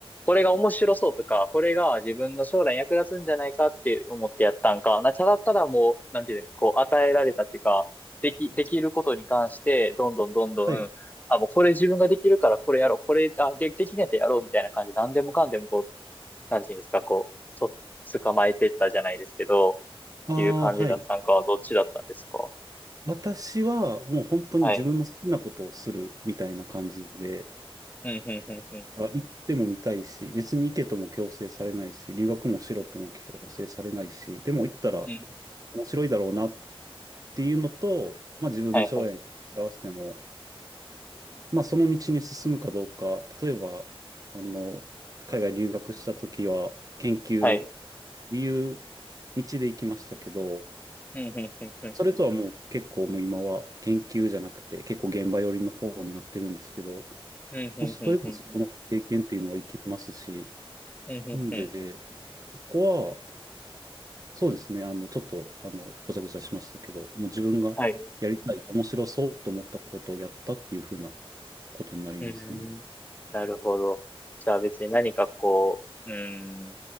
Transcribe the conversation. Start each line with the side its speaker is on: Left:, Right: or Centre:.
Left: これが面白そうとか、これが自分の将来役立つんじゃないかって思ってやったんか、な、ただただもう、なんていうの、こう、与えられたっていうか、でき、できることに関して、どんどんどんどん、
Right: はい。
Left: あ、もうこれ自分ができるからこれやろう、これ、あ、で、できねえとやろうみたいな感じで、何でもかんでもこう、なんていうんですか、こう、とっ捕まえてったじゃないですけど、
Right: ああ、
Left: っていう感じだったんかはどっちだったんですか
Right: はい。私は、もう本当に自分の好きなことをするみたいな感じで、
Left: はい。うん、うん、うん、うん。
Right: あ行っても見たいし、別に行けとも強制されないし、留学もしろとも強制されないし、でも行ったら
Left: うん。
Right: 面白いだろうなっていうのと、まあ、自分の将来に合わせても、
Left: はい、はい。
Right: まあ、その道に進むかどうか、例えば、あの、海外留学した時は、研究っ
Left: はい。
Right: ていう道で行きましたけど、
Left: うん、うん、うん、うん。
Right: それとはもう結構もう今は研究じゃなくて、結構現場寄りの方になってるんですけど、
Left: うん、うん、
Right: まあ、それでもそこの経験っていうのは生きますし、
Left: うん、うん。うん、うん、
Right: なんで、
Left: うん。
Right: ここは、そうですね、あの、ちょっと、あの、ごちゃごちゃしましたけど、もう自分がやりたい、
Left: はい。
Right: 面白そうと思ったことをやったっていう風なことになりますね。
Left: うん。なるほど。じゃあ別に何かこう、うん、